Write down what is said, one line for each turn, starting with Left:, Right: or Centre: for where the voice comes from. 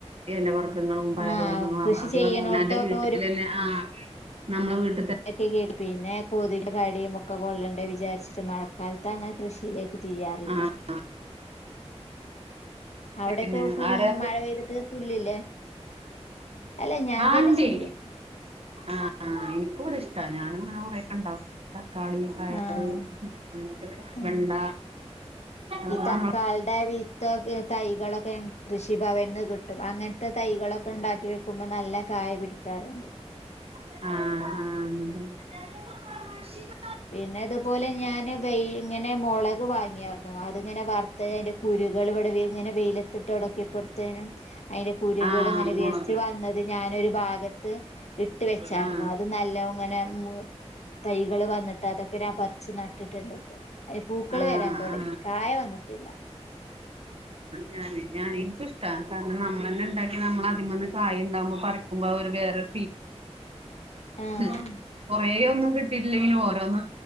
Right: ഇലവറക്ക- <inaudible> <unintelligible> ഗങ്ങളും പയർ
Left: ആഹ്
Right: വർഗ്ഗങ്ങളും
Left: കൃഷി
Right: അത്‌
Left: ചെയ്യണോടത്തൊക്കെ
Right: പറഞ്ഞ അവനവന്റെ വീട്ടിൽ തന്നെ ആ നമ്മുടെ വീട്ട-
Left: ഇക്കെ കേ പിന്നെ കോതിന്റെ കടിം - ഒക്ക കൊള്ളണ്ടേ വിചാരിച്ചിട്ട് മഴക്കാലത്ത് അങ്ങനെ കൃഷിയിലേക്ക് തിരിയാറില്ല.
Right: ആഹ്
Left: അവിടൊക്കെ
Right: പിന്നെ ആരാ
Left: മഴ പെയ്തിട്ട് പുല്ലില്ലേ? അല്ല ഞാൻ
Right: ആ
Left: തന്നെ
Right: ണ്ടെ
Left: ചെയ്യും
Right: ആ എനിക്കുവടെ ഇഷ്- ഇഷ്ടാ ഞാനും ഇങ്ങനെ കുറേക്ക ണ്ടാക്കും തക്കാളി പയറ്
Left: ആഹ്
Right: അങ്ങനക്കല്ല
Left: ഉം
Right: വെണ്ട അത
Left: ഈ തക്കാളിടെ
Right: നമ്മ-
Left: തൈകളൊക്കെ കൃഷിഭവനി നിന്ന് കിട്ടും അങ്ങനത്തെ തൈകളൊക്കെ ണ്ടാക്കി. വെക്കുമ്പോ നല്ല കായ പിടിക്കാറുണ്ട്.
Right: ആഹ് ആഹ് അത.
Left: പിന്നെ ഇതുപോലെ ഞാൻ വ ഇങ്ങനെ മുളക് വാങ്ങിയായിരുന്നു അതിങ്ങനെ വറുത് അതിന്റെ കുരു- ഇവിടെ ഇങ്ങനെ വെയിലെത്ത് - ടക്കിയപ്പോഴത്തേനും അതിന്റെ കുരികൾ
Right: ആ
Left: ഇങ്ങനെ വേസ്റ്റ്
Right: മുളക്
Left: വന്നത് ഞാനൊരു ഭാഗത്ത്‌- ഇട്ട് വെച്ചർരുന്നു
Right: ആ
Left: അത് നല്ലോം ങ്ങനെ തൈകൾ വന്നിട്ടതൊക്കെ - ഇന പറിച്ചു നട്ടിട്ടുണ്ട് ഇപ്പൊ അതിന് പൂക്കള്
Right: ആ
Left: വരാൻ തുടങ്ങി
Right: ആ
Left: കായ വന്നിട്ടില്ല. <unintelligible>
Right: ഞ ഞാൻ എനിക്കും ഇഷ്ട കാര നമ്മളന്നെ ഉണ്ടാക്കി നമ്മള അതിം മന്ന് കായ ഉണ്ടാവുമ്പോ പറക്കുമ്പോ അവര് വേറ-
Left: ആഹ്
Right: <unintelligible> കൊറെേ ഒന്നും കിട്ടില്ലെങ്കിലും ഓരോന്ന്.